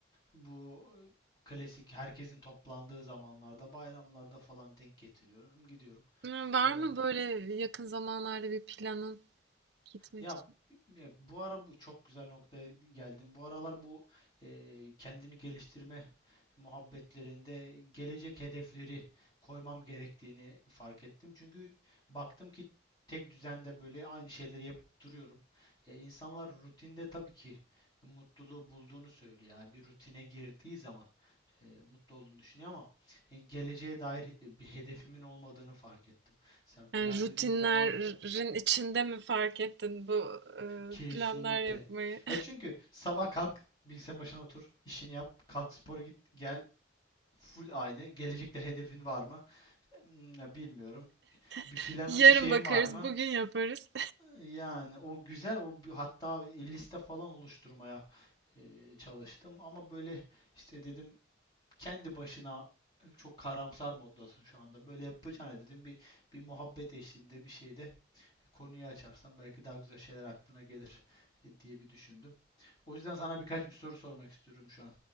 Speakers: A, on the left; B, on the right.
A: Bu e, klasik herkesin toplandığı zamanlarda, bayramlarda falan denk getiriyorum, gidiyorum.
B: Hı, Var
A: Ee,
B: mı böyle yakın zamanlarda bir planın gitmek
A: ya
B: için?
A: ya bu ara bu çok güzel noktaya geldim. Bu aralar bu e, kendini geliştirme muhabbetlerinde gelecek hedefleri koymam gerektiğini fark ettim. Çünkü baktım ki tek düzende böyle aynı şeyleri yapıp duruyorum. E, insanlar rutinde tabii ki mutluluğu bulduğunu söylüyor. Yani bir rutine girdiği zaman e, mutlu olduğunu düşünüyor ama e, geleceğe dair e, bir hedefimin olmadığını fark ettim. Sen plan
B: Yani rutinlerin
A: dediğin zaman e,
B: içinde mi fark ettin bu e,
A: kesinlikle.
B: planlar yapmayı?
A: E çünkü sabah kalk, bilgisayarın başına otur, işini yap, kalk spora git, gel. Full aynı. Gelecekte hedefin var mı? Hmm, Bilmiyorum. Bir
B: <laughs>
A: planın,
B: Yarın
A: bir şeyin
B: bakarız,
A: var mı?
B: bugün yaparız.
A: Yani o güzel, o bir- hatta liste falan oluşturmaya e, çalıştım ama böyle işte dedim kendi başına e, çok karamsar moddasın şu anda. Böyle yapacağına dedim bir bir muhabbet eşliğinde bir şeyde konuyu açarsan belki daha güzel şeyler aklına gelir e, diye bir düşündüm. O yüzden sana birkaç bir soru sormak istiyorum şu an.